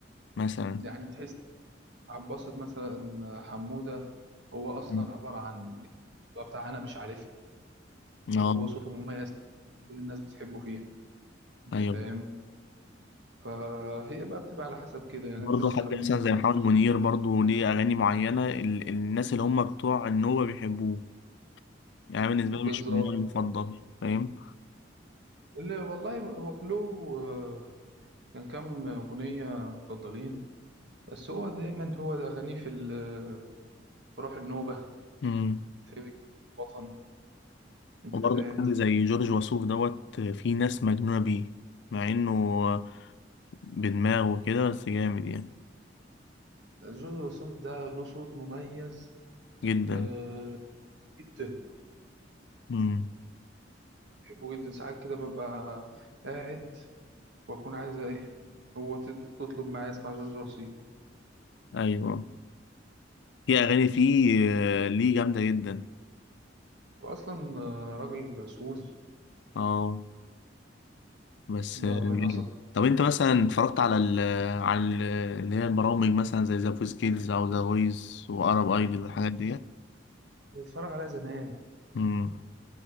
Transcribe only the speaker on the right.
يعني تحس عباسة مثلا حمودة هو أصلا
عبارة عن هو بتاع أنا مش عارف وهو
صوته مميز كل الناس بتحبه فيها أنت
فاهم فهي بقى بتبقى على حسب كده يعني
أنت مثلا
ممكن
تلاقي
بالظبط
اللي والله هو كلو آه، كان كام أغنية مفضلين بس هو دايما هو ده أغانيه في ال- في روح النوبة
في الوطن أنت
فاهم
جورج وسوف ده له صوت مميز
آه، جدا
بحبه جدا ساعات كده ببقى قاعد واكون عايز ايه هو تط- تطلب معايا اسمع جورج وسوف
واصلا آه، راجل سوري
ده
من اسد
بتفرج عليها زمان